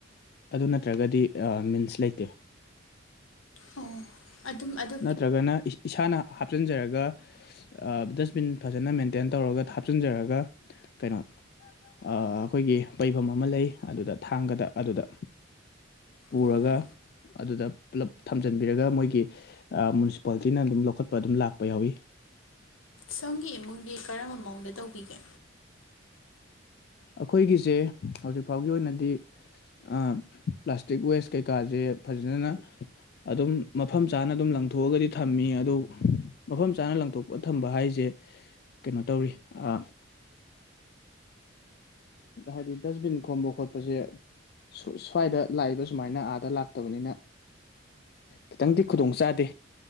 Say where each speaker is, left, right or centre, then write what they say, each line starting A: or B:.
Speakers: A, on the left (about 50°); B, on the left (about 85°).
A: ꯑꯗꯨ ꯅꯠꯇ꯭ꯔꯒꯗꯤ ꯑ ꯃꯤꯟꯁ ꯂꯩꯇꯦ
B: ꯎꯝ ꯑꯗꯨꯝ ꯑꯗꯨꯝ
A: ꯅꯠꯇ꯭ꯔꯒꯅ ꯏꯁ ꯏꯁꯥꯅ ꯍꯥꯞꯆꯤꯟꯖꯔꯒ ꯑ ꯗꯁꯕꯤꯟ ꯐꯖꯅ ꯃꯦꯟꯇꯦꯟ ꯇꯧꯔꯒ ꯍꯥꯞꯆꯤꯟꯖꯔꯒ ꯀꯩꯅꯣ ꯑꯩꯈꯣꯏꯒꯤ ꯄꯩꯕꯝ ꯑꯃ ꯂꯩ ꯑꯗꯨꯗ ꯊꯥꯡꯒꯗ ꯑꯗꯨꯗ ꯄꯨꯔꯒ
B: ꯎꯝ
A: ꯑꯗꯨꯗ ꯄꯨꯂꯞ ꯊꯝꯖꯤꯟꯕꯤꯔꯒ ꯃꯣꯏꯒꯤ ꯑ ꯃꯨꯅꯤꯁꯤꯄꯥꯂꯤꯇꯤꯅ ꯑꯗꯨꯝ ꯂꯧꯈꯠꯄ ꯑꯗꯨꯝ ꯂꯥꯛꯄ ꯌꯥꯎꯏ
B: ꯁꯣꯝꯒꯤ ꯏꯃꯨꯡꯗꯤ ꯀꯔꯝꯕ ꯃꯑꯣꯡꯗ ꯇꯧꯕꯤꯒꯦ
A: ꯑꯩꯈꯣꯏꯒꯤꯁꯦ ꯍꯧꯖꯤꯛꯐꯥꯎꯒꯤ ꯑꯣꯏꯅꯗꯤ ꯑ ꯄ꯭ꯂꯥꯁꯇꯤꯛ ꯋꯦꯁ ꯀꯩꯀꯥꯁꯦ ꯐꯖꯅ ꯑꯗꯨꯝ ꯃꯐꯝ ꯆꯥꯅ ꯑꯗꯨꯝ ꯂꯪꯊꯣꯛꯑꯒꯗꯤ ꯊꯝꯃꯤ ꯑꯗꯨ ꯃꯐꯝ ꯆꯥꯅ ꯂꯪꯊꯣꯛꯄ ꯊꯝꯕ ꯍꯥꯏꯁꯦ ꯀꯩꯅꯣ ꯇꯧꯔꯤ ꯑ ꯑꯗ ꯍꯥꯏꯗꯤ ꯗꯁꯕꯤꯟ ꯈꯣꯝꯕ ꯈꯣꯠꯄꯁꯦ ꯁ꯭ꯋꯥꯏꯗ ꯂꯥꯛꯏꯕ ꯁꯨꯃꯥꯏꯅ ꯑꯥꯗ ꯂꯥꯛꯇꯕꯅꯤꯅ ꯈꯤꯇꯪꯗꯤ ꯈꯨꯗꯣꯡ ꯆꯥꯥꯗꯦ